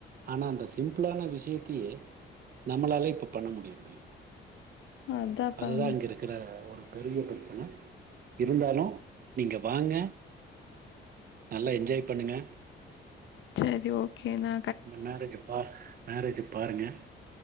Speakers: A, on the right; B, on the left.
A: ஆனா அந்த சிம்பிளான விஷ்யத்தயே நம்மளால இப்ப பண்ண முடியறதில்ல
B: அதான்
A: அதுதா
B: பாருங்க.
A: இங்க இருக்கிற ஒரு பெரிய பிரச்சன இருந்தாலு நீங்க வாங்க நல்லா என்ஜாய் பண்ணுங்க
B: சேரி ஓகேணா
A: இந்த மேரேஜ் பா மேரேஜ பாருங்க